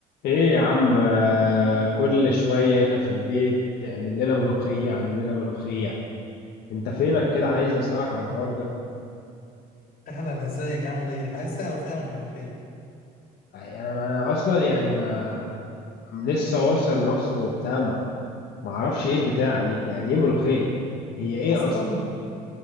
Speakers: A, on the left; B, on the left.
A: ايه يا عم آه، كل شوية هنا في البيت اعمل لنا ملوخية اعمل لنا ملوخية انت فينك كده عايز اسألك على الحوار ده
B: اهلا ازيك عامل ايه عايز تعرف ايه عن الملوخيه
A: يعني انا انا اصلا يعني ما أم لسه واصل مصر وبتاع ما ما اعرفش ايه البتاعة دي يعني ايه ملوخية هي ايه
B: اصلا
A: اصلا